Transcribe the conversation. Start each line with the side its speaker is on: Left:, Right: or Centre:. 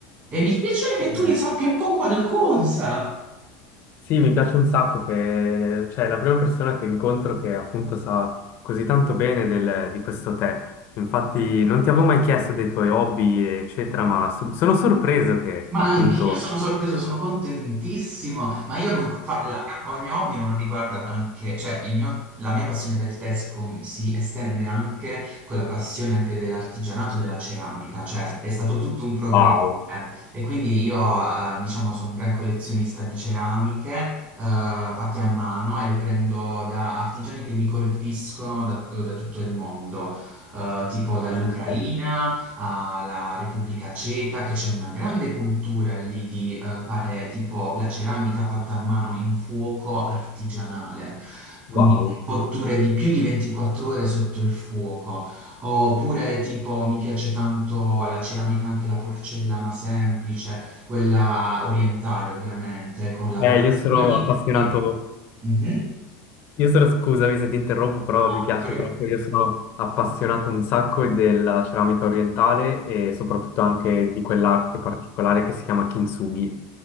Right: E mi piacerebbe che
Left: Mhm.
Right: tu ne sappia un po' qualcosa.
Left: Sì, mi piace un sacco che, cioè, è la prima persona che incontro che appunto sa così tanto bene del- di questo tè. Infatti, non ti avevo mai chiesto dei tuoi hobby, eccetera, ma so- sono sorpreso che
Right: Ma
Left: appunto.
Right: anch'io sono sorpreso, sono contentissimo, ma io non fa- la, ho il mio hobby non riguarda anche, cioè il mio- la mia passione per il tè si, com- si estende anche con la passione anche dell'artigianato e della ceramica, cioè è stato tutto un progresso
Left: Wow.
Right: eh. e quindi io eh, diciamo sono un gran collezionista di ceramiche eh, fatte a mano e le prendo da artigiani che mi colpiscono da, da tutto il mondo, eh, tipo dall'Ucraina
Left: Ok,
Right: alla Repubblica Ceca, che c'è una grande cultura lì di eh, fare tipo la ceramica fatta a mano in fuoco artigianale, quindi
Left: Wow.
Right: con cotture di più di 24 ore sotto il fuoco. Oppure tipo mi piace tanto la ceramica, anche la porcellana semplice, quella orientale ovviamente, con lavorazioni
Left: Eh, io sono appassionato,
Right: e... Mhm.
Left: io sono, scusami se ti interrompo, però
Right: No, no,
Left: mi piace
Right: prego.
Left: troppo, io sono appassionato un sacco della ceramica orientale e soprattutto anche di quell'arte particolare che si chiama kintsugi.